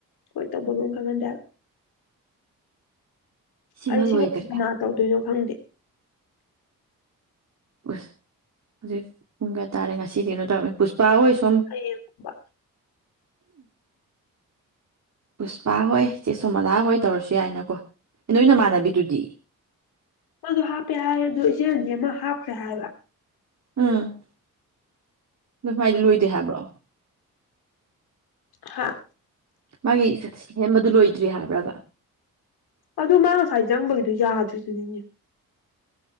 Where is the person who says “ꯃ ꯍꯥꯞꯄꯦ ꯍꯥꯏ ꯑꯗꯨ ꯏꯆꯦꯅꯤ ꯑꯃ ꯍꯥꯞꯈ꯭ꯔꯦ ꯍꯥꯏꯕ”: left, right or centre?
Left